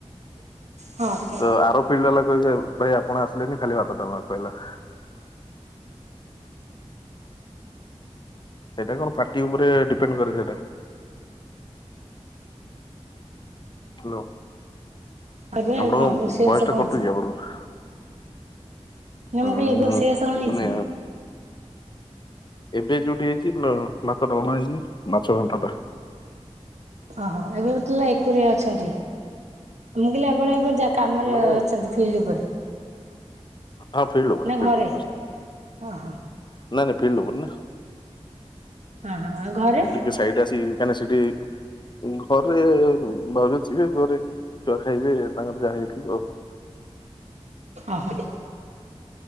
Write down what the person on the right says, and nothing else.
ହଁ
ଏବେ
କଣ ରୋଷେଇବାସ
କଣ
ହେଇଛି?
ନା
ମୁଁ କହିଲି ଏବେ ରୋଷେଇ ବାସ କଣ ହେଇଛି?
ଓହୋ ଏବେତେ ଏକୁଟିଆ ଅଛନ୍ତି। ମୁଁ କହିଲି ଆପଣ ଏବେ ଯାହା କାମରେ
ଅଛନ୍ତି ଫିଲ୍ଡ ଉପରେ
ନା
ଘରେ?
ଓହୋ
ହଁ ହଁ ଆଉ ଘରେ
ଓହୋ।